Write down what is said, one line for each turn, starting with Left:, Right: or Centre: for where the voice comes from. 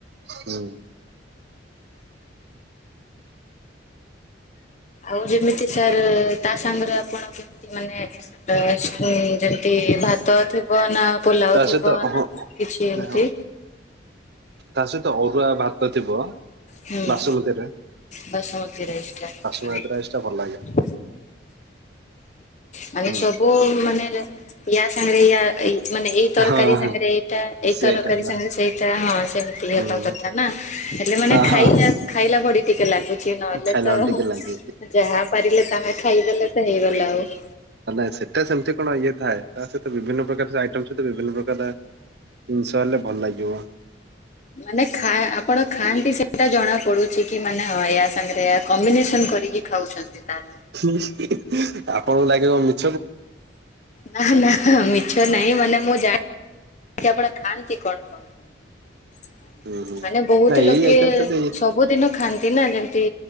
Right: ହୁଁ
Left: ଆଉ ଯେମିତି ସାର ତା ସାଙ୍ଗରେ ଆପଣ କେମିତି ମାନେ ଅ ଉଁ ଯେମତି ଭାତ ଥିବ ନାଁ ପୋଲାଉଥିବ
Right: ତା ସହିତ ହଁ
Left: ନା କିଛି ଏମିତି
Right: ହଁ ତା ସହିତ ଅରୁଆ ଭାତ ଥିବ
Left: ହୁଁ
Right: ବାସୁମତୀରେ
Left: ବସୁମତୀ ରାଇସି ଟା
Right: ବାସୁମତୀ ରାଇସ୍ ଟା
Left: <inaudible>
Right: ଭଲ ଲାଗେ।
Left: ମାନେ
Right: ହୁଁ
Left: ସବୁ ମାନେ <inaudible> ୟା ସାଙ୍ଗରେ ୟା ଏଇ ମାନେ ଏଇ ତରକାରୀ
Right: ହଁ
Left: ସାଙ୍ଗରେ ଏଇଟା ଏଇ
Right: ସେଇଟା
Left: ତରକାରୀ
Right: ନା
Left: ସାଙ୍ଗରେ ସେଇଟା ହଁ ସେମିତି ହେବା
Right: ହୁଁ
Left: କଥା ନା ହେଲେ ମାନେ
Right: ହଁ
Left: ଖାଇଲା
Right: ହଁ
Left: ଖାଇଲା ପରି ଟିକେ ଲାଗୁଛି କିଛି ନହେଲେ
Right: ଖାଇଲା
Left: ତ
Right: ବେଳେ ଟିକେ ଲାଗେ।
Left: ଯାହା ପାରିଲେ ତାହା ଖାଇଦେଲେ ତ ହେଇଗଲା ଆଉ <inaudible>
Right: ନାଇଁ ସେଇଟା ସେମିତି କଣ ଇଏ ଥାଏ ତା ସହିତ ବିଭିନ୍ନ ପ୍ରକାର ଆଇଟ ତା ସହିତ ବିଭିନ୍ନ ପ୍ରକାର ଜିନିଷ ହେଲେ ଭଲ ଲାଗିବ।
Left: ମାନେ ଖା ଆପଣ ଖାଆନ୍ତି ସେଟା ଜଣା ପଡୁଛି କି ମାନେ ହଁ ୟା ସାଙ୍ଗରେ କମ୍ବିନେସନ କରିକି ଖାଉଛନ୍ତି ତାହେଲେ।
Right: ହୁଁ ହୁଁ ଆପଣଙ୍କୁ ଲାଗିବ ମି
Left: ନାଁ ନାଁ ହୁଁ ମିଛ ନାହିଁ ମାନେ ମୁଁ ଜାଣି କି ଆପଣ ଖାଆନ୍ତି କଣ କଣ?
Right: ହୁଁ ହୁଁ।
Left: ମାନେ ବହୁତ
Right: ନାଇଁ
Left: ଲୋକେ
Right: ଏଇ ଆଇଟମ ସହିତ ଏ
Left: ସବୁଦିନ ଖାଆନ୍ତି। ବିନା ଯେମିତି